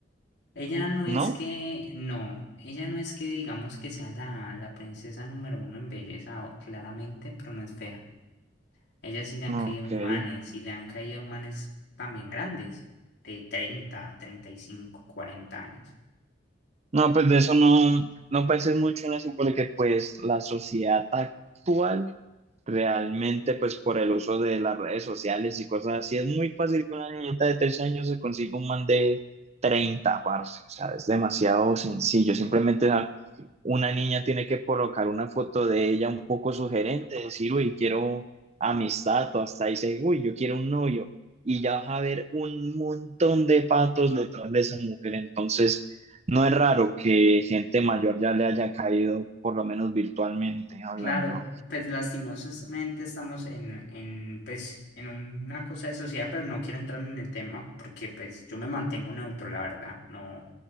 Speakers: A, on the left (about 65°); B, on the right (about 35°).
A: Ella no es
B: ¿no?
A: que, no, ella no es que digamos que sea la, la princesa número uno en belleza, o- claramente, pero no es fea. A ella sí le han
B: no,
A: caído
B: Ok.
A: manes, y le han caído manes también grandes, de treinta treinta y cinco cuarenta años.
B: No, pues de eso no, no pensé mucho en eso porque pues la sociedad actual realmente pues por el uso de las redes sociales y cosas así es muy fácil que una niñita de 13 años se consiga un man de treinta parce, o sea, es demasiado sencillo, simplemente ja, una niña tiene que colocar una foto de ella un poco sugerente, decir, uy, quiero amistad o hasta ahí dice, uy, yo quiero un novio y ya vas a ver un montón de patos detrás de esa mujer, entonces... No es raro que gente mayor ya le haya caído, por lo menos virtualmente hablando.
A: Claro, pues lastimosamente estamos en, en, pues, en una cosa de sociedad, pero no quiero entrar en el tema porque pues yo me mantengo neutro, la verdad, no,